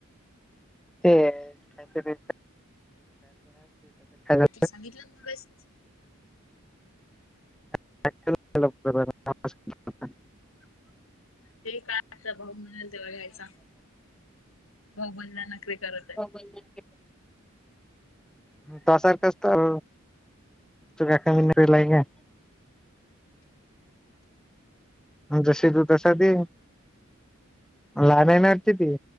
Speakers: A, in the centre; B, on the left (about 70°).
A: ते काहीतरी <unintelligible>
B: ते सांगितलं ना मगाय सं स.
A: <unintelligible>
B: ते काय असं भाऊ म्हणेल तेव्हा यायचा. भाऊ बोलला नखरे करत. आहे.
A: <unintelligible> त्वा सारखंच तर तु एका <unintelligible> अंन जशी तू तसा ते लहान्यान तिथे